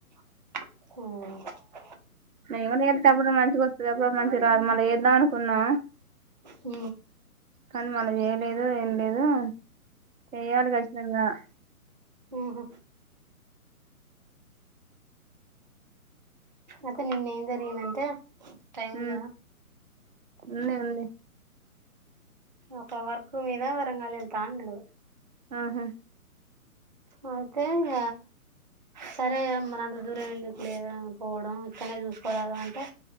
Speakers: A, on the right; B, on the right.
A: ఆ
B: నేన్ గుడా జేతే అప్పుడు మంచిగా ఒత్తది. అప్పుడప్పుడు మంచిగ రాదు. మళ్ళీ చేద్దాం అనుకున్నా.
A: ఊ
B: కానీ మనం జెయ్యలేదు ఏం లేదూ. చెయ్యాలి ఖచ్చితంగా
A: ఊహు అయితే నిన్న ఏం జరిగిందంటే టైం ఉందా
B: ఊ ఉన్నద్ ఉంది.
A: ఒక వర్క్ మీదా వరంగల్ ఎళ్తా అన్నడు.
B: ఆహా.
A: అయితే ఇగ సరే మనంత దూరం ఎందుకులే పోవడం ఇక్కనే జూసుకోరాద అంటే